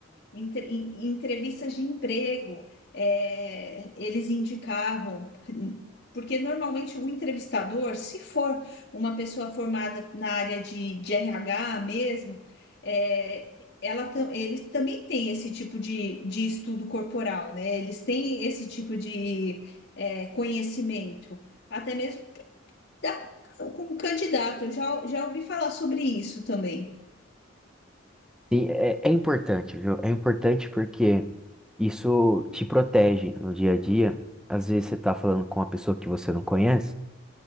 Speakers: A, on the left; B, in the centre.
A: entre- em em entrevistas de emprego, é, eles indicavam, porque normalmente o entrevistador, se for uma pessoa formada na área de, de RH mesmo, é, ela, tam- eles também têm esse tipo de, de estudo corporal, né? Eles têm esse tipo de é, conhecimento, até mesmo da- com um candidato. Eu já, já ouvi falar sobre isso também.
B: Sim, é, é importante, viu? É importante porque isso te protege no dia a dia. Às vezes você tá falando com uma pessoa que você não conhece,